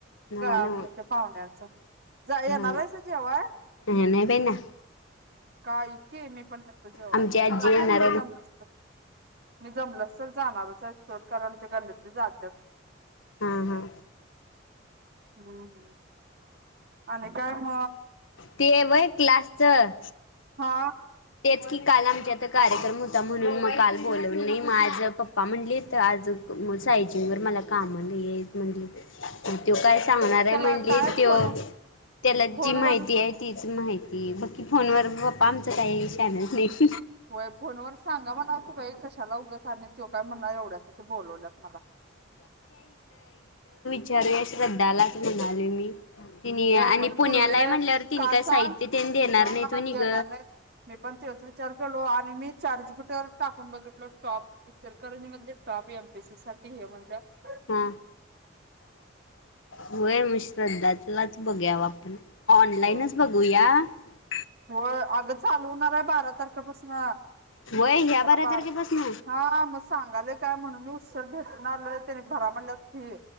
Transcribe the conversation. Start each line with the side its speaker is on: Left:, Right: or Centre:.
Left: नव्ह
Right: ग आमच्या
Left: नव्ह
Right: ते पाहुण्यांचा जा या येनारयसा
Left: नव्ह.
Right: जेवाय
Left: ह नाही बाई ना
Right: काय के मी पण जातो जेव्हाय
Left: आमची आजी
Right: मी जानारच
Left: येणार
Right: आहे जमलच तर मी जमलंस तर जाणारचये सोड कारण ते गल्लीतली जात्यात.
Left: हा हा
Right: हाना आणि काय म
Left: ते व्हय क्लासचं
Right: हा
Left: तेच की काल आमच्या इत कार्यक्रम होता म्हणून म काल बोलवल नई म आज पप्पा म्हणलीत आज सायजिंग वर मला काम लई येत म्हणली त्यो काय सांगणार आहे
Right: त्याला
Left: म्हणली
Right: काय
Left: त्यो
Right: फोन
Left: त्याला
Right: फोनवर
Left: जी माहिती आहे तीच माहि ते बकी फोन व पप्पा आमचं काय <unintelligible>
Right: होय फोन वर सांगा म्हणावं की बाई कस् चला उगच आणिक त्यो काय म्हणणार एवढ्यासाठी बोलवल्यात मला
Left: चारूया श्रद्धालाच म्हणाले मी तिने आणि
Right: एवय
Left: पुण्याला
Right: पूर्वे
Left: आहे म्हटल्यावर तिने
Right: का
Left: काय
Right: सांग
Left: साहित्य त्यानी देणार
Right: हा
Left: नाही तो नि
Right: देणार
Left: ग
Right: नाहीत मी पण तेच विचार केलो आणि मी चॅट जीपीटीवर टाक. पण बघितल टॉप इचलकरंजी मधले टॉप एम पी सी साठी हे म्हणल्यात.
Left: हा व्हय <unintelligible> श्रद्धालाच बग्याव आपण ऑनलाईनच
Right: होय
Left: बघूया. <unintelligible>
Right: होय आग चालू हुणाराय बारा तार क पसन
Left: वय ह्या
Right: या
Left: बारा
Right: बार,
Left: तारखेपासून
Right: हा म सांगालोय काय म्हणून मी उशर भे टून आलोय तेनी भरा म्हणल्याच फी